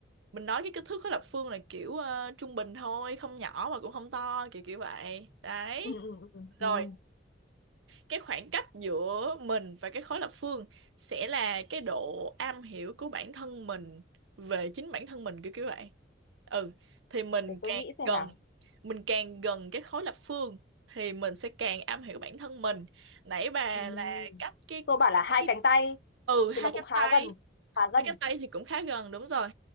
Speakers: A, on the right (about 80°); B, on the left (about 60°).
A: mình nói cái kích thước khối lập phương là kiểu ờ, trung bình thôi không nhỏ mà cũng không to kiểu kiểu vậy đấy
B: Ừ, ừ, ừ, ừ.
A: rồi cái khoảng cách giữa mình và cái khối lập phương sẽ là cái độ am hiểu của bản thân mình về chính bản thân mình kiểu kiểu vậy ừ thì mình
B: Để tôi
A: càng
B: nghĩ xem
A: gần
B: nào.
A: mình càng gần cái khối lập phương thì mình sẽ càng am hiểu bản thân mình nãy bà
B: Ừ.
A: là cách cái,
B: Tôi bảo là
A: cái
B: hai cánh tay
A: ừ hai
B: thì nó cũng
A: cánh
B: khá
A: tay
B: gần, khá gần.
A: Mấy cái Tây thì cũng khá gần đúng rồi.